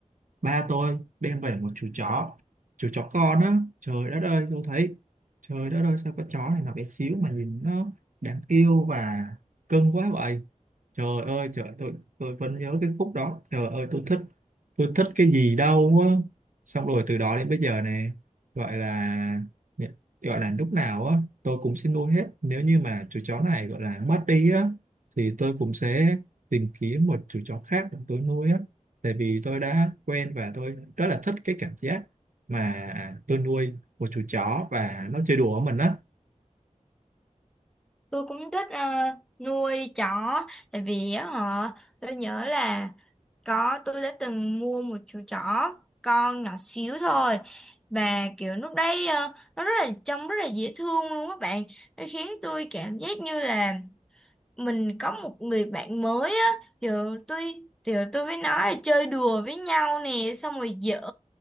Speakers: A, on the right; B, in the centre.
A: ba tôi đem về một chú chó, chú chó con á. Trời đất ơi, tôi thấy trời đất ơi sao con chó này nó bé xíu mà nhìn nó đáng yêu và cưng quá vậy Trời ơi, trời tôi tôi vẫn nhớ cái khúc đó. Trời ơi, tôi thích tôi thích cái gì đâu á. Xong rồi từ đó đến bây giờ nè, gọi là nhận- gọi là lúc nào á tôi cũng sẽ nuôi hết. Nếu như mà chú chó này gọi là mất đi á thì tôi cũng sẽ tìm kiếm một chú chó khác để tôi nuôi á. Tại vì tôi đã quen và tôi rất là thích cái cảm giác mà tôi nuôi một chú chó và nó chơi đùa với mình á.
B: Tôi cũng thích ờ, nuôi chó. Tại vì á họ, tôi nhớ là có tôi đã từng mua một chú chó con nhỏ xíu thôi. Và kiểu lúc đấy ờ, nó rất là trông rất là dễ thương luôn các bạn. Nó khiến tôi cảm giác như là mình có một người bạn mới á giờ tôi thì tôi với nó là chơi đùa với nhau nè xong rồi giỡn